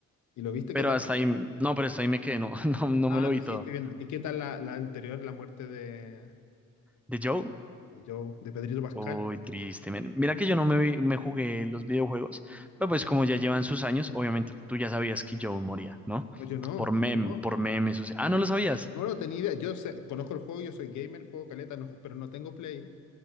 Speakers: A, on the left; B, in the centre.
A: ¿Y lo viste
B: Pero
A: qué tal?
B: hasta ahí, no, pero hasta ahí me quedé, no, <laughs> no, no
A: Ah,
B: me lo
A: lo
B: vi
A: seguiste
B: todo.
A: viendo. ¿Y qué tal la, la anterior, la muerte de,
B: ¿De Joe?
A: de Joe, de Pedrito Pascal?
B: Uy, triste. men. Mira que yo no me, vi- me jugué los videojuegos, pero pues como ya llevan sus años, obviamente tú ya sabías que Joe moría, ¿no?
A: No, yo no,
B: Por mem,
A: yo no.
B: por memes. o sea- Ah, ¿no lo sabías?
A: No lo tenía idea. Yo sé- conozco el juego, yo soy gamer, juego caleta, no- pero no tengo Play.